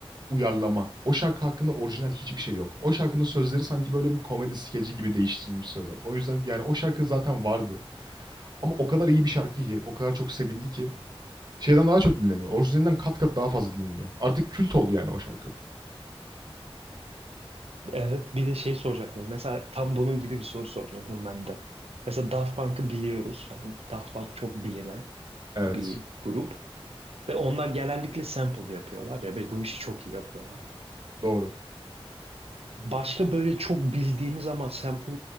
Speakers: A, on the right; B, on the right.
A: uyarlama. O şarkı hakkında orijinal hiçbir şey yok. O şarkının sözleri sanki böyle bir komedi skeci gibi değiştirilmiş sözler. O yüzden yani o şarkı zaten vardı. Ama o kadar iyi bir şarkı ki, o kadar çok sevildi ki şeyden daha çok dinleniyor. Orijinalinden kat kat daha fazla dinleniyor. Artık kült oldu yani o şarkı.
B: Evet, bir de şey soracaktım. Mesela tam bunun gibi bir soru soracaktım ben de. Mesela Daft Punk'ı biliyoruz. Hani Daft Punk çok bilinen
A: Evet,
B: bir grup. Ve onlar genellikle sample yapıyorlar ya ve bu işi çok iyi yapıyorlar.
A: doğru.
B: Başka böyle çok bildiğimiz ama sample